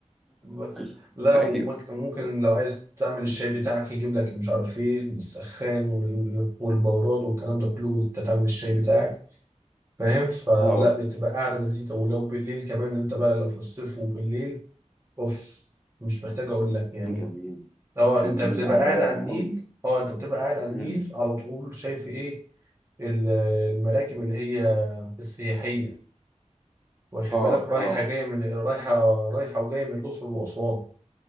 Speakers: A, on the right; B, in the centre.
A: بس
B: <laughs>
A: لا
B: ايوه
A: وممكن ممكن لو عايز تعمل الشاي بتاعك يجيب لك مش عارف ايه السخان وال- والبراد والكلام ده كله وانت تعمل الشاي بتاعك فاهم فلا
B: اه
A: بتبقى قاعدة لذيذة ولو بالليل كمان انت بقى لو في الصيف وبالليل اوف مش محتاج اقول لك يعني
B: جميل
A: اه
B: جميل
A: انت بتبقى
B: قاعدة
A: قاعد
B: رايقة
A: على النيل
B: أوي
A: اه انت بتبقى قاعد على النيل
B: مم.
A: على طول شايف ايه ال- المراكب اللي هي السياحية واخد
B: اه
A: بالك رايحة
B: اه
A: جاية من رايحة رايحة وجاية من الأقصر وأسوان